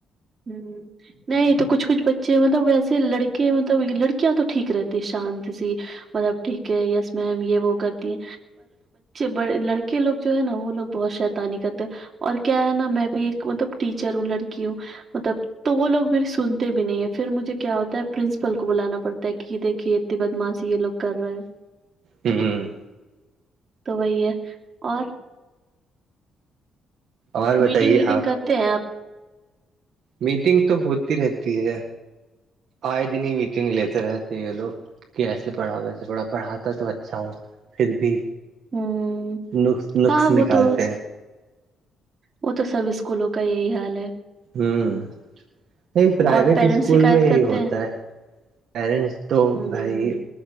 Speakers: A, on the right; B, on the right.
A: ہوں نہیں تو کچھ کچھ بچے مطلب ویسے لڑکے مطلب لڑکیاں تو ٹھیک رہتی شانت س مطلب ٹھیک ہے یس میم یہ وہ کرتی ہے پر لڑکے لوگ جو ہے نا وہ لوگ بہت شیتانی کرتے اور کیا ہے نا میں بھی ایک مطلب ٹیچر ہوں لڑکی ہوں مطلب تو وہ لوگ مری سنتے بھی نہیں ہیں پھر مجھے کیا ہوتا ہے پرنسپل کو بلانا پڑتا ہے کہ دیکھیے بدماش یہ لوگ کر رہے ہیں
B: ہوں
A: تو وہی ہے اور
B: اور
A: میٹنگ
B: بتائیے
A: ویٹنگ
B: آپ
A: کرتے ہیں آپ
B: میٹنگ تو ہوتی رہتی ہے آئے دن ہی میٹنگ لیتے رہتے ہیں لوگ کہ ایسے پڑھاؤ ویسے پڑھاؤ پڑھاتا تو اچھا ہوں پھر بھی
A: ہوں
B: ن نقص
A: ہاں وہ
B: نکالتے
A: تو
B: ہیں
A: وہ تو سب اسکولوں کا یہی حال ہے
B: ہوں نہیں پرائیویٹ
A: اور پیرنٹس
B: اسکول
A: شکایت
B: میں یہی
A: کرتے
B: ہوتا
A: ہیں
B: ہے پیرنٹس تو
A: ہوں
B: بھائی